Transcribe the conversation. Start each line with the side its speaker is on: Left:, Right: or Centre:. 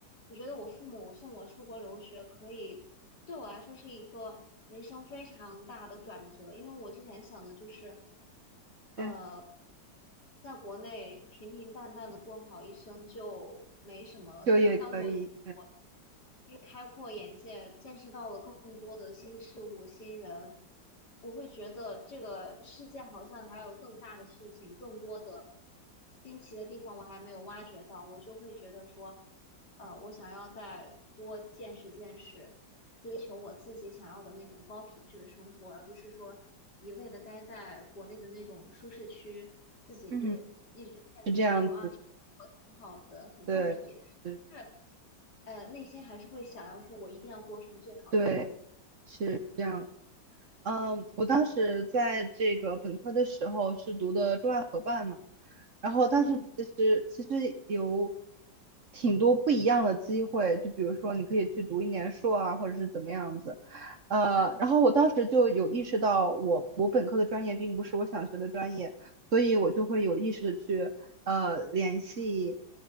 Left: 我觉得我父母送我出国留学，可以对我来说是一个人生非常大的转折，因为我之前想的就是，呃，
Right: 对，
Left: 在国内平平淡淡的过好一生就没什么了。
Right: 就业可以，
Left: 但是当我我
Right: 对，
Left: 就是开阔眼界，见识到了更多的新事物、新人，我会觉得这个世界好像还有更大的事情，更多的新奇的地方我还没有挖掘到，我就会觉得说，呃，我想要再多见识见识。追求我自己想要的那种高品质的生活，而不是说一味的待在国内的那种舒适区，自己
Right: 嗯，
Left: 一直骗自己说啊
Right: 是这样子，
Left: 挺好的，很淡逸，
Right: 对，对，
Left: 是呃内心还是会想要说我一定要过上最好的生
Right: 对，是这样。
Left: 活。嗯，
Right: 嗯，我当时在这个本科的时候是读的中外合办嘛，然后当时其实其实有
Left: 嗯
Right: 挺多不一样的机会，就比如说你可以去读一年硕啊，或者是怎么样子。呃，
Left: 嗯，
Right: 然后我当时就有意识到我，我本科的专业并不是我想学的专业，所以我就会有意识的去呃联系